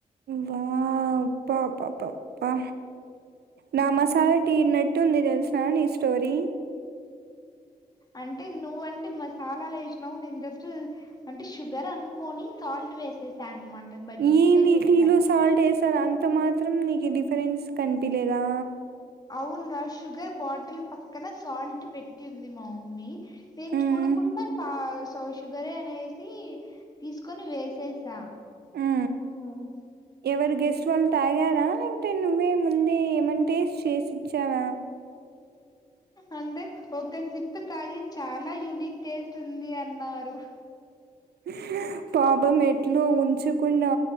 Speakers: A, on the right; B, on the left.
A: వా పా పా పా పా నా మసాలా టీనట్టు ఉంది తెలసిన నీ స్టోరీ
B: అంటే నువ్వండి మసాలాలు వేసినావు నేను జస్ట్ అంటే షుగర్ అనుకోని సాల్ట్ వేసేసాను అనమాట బై
A: ఈ
B: మిస్టేక్
A: నీ
B: వేసా
A: టీలో సాల్ట్ వేసారు అంత మాత్రం నీకు డిఫరెన్స్ కంట పిలేదా
B: అవున రా షుగర్ బాటిల్ పక్కన సాల్ట్ పెట్టి ఉంది మా మమ్మీ నేను
A: మ్మ్,
B: చూడకుండా సౌ షుగరే అనేసి తీసుకొని వేసేసా
A: ఉ
B: మ్మ్
A: ఎవరు గెస్ట్ వాల్ తాగ్యారా లేతే నువ్వే ముందే ఏమం టేస్ట్ చేసి ఇచ్చాన
B: అంటే ఒక సిప్పు తాగి చాలా యూనిక్ టేస్ట్ ఉంది అన్ న్నారుహ్
A: హ్ పాపం ఎట్లు ఉంచుకుండా